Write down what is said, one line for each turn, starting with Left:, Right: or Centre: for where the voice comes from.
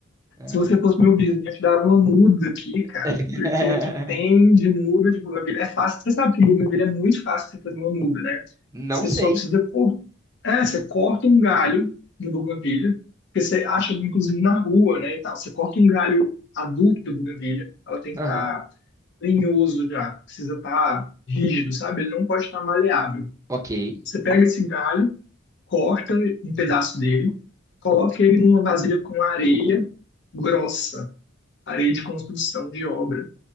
Right: É.
Left: Se você fosse meu vizinho, eu te dava uma muda aqui, cara,
Right: <laughs>
Left: porque o que tem de muda de bougainville é fácil. Você sabe que bougainville é muito fácil você fazer uma muda, né?
Right: Não
Left: Você
Right: sei.
Left: só precisa cor... é, você corta um galho do bougainville, que você acha inclusive na rua, né, e tal. Você corta um galho adulto da bougainville, ela tem que
Right: Aham.
Left: estar tá lenhoso já, precisa estar rígido, sabe? Ele não pode estar maleável.
Right: Ok.
Left: Você pega esse galho, corta um pedaço dele, coloca ele numa vasilha com areia grossa, areia de construção, de obra.